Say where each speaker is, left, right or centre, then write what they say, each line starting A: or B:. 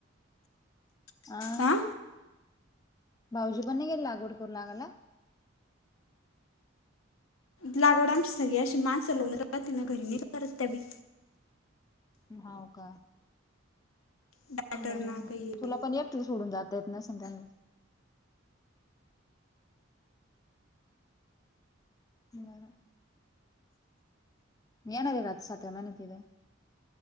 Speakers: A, on the left; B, on the left.
A: आं..
B: हा
A: भाऊजी पण नाही गेले लागवड करु लागायला?
B: लागवड आमची सगळी अशी माणसं लावून राहतीन घरी नाही करत त्याबी
A: हाव का.
B: डॉक्टर
A: बरं
B: ना
A: आहे मग
B: काही
A: तुला
B: हे
A: पण एकटे सोडून जात येत नासल त्यांना. ह येणाररीहात सत्व मनत आहे.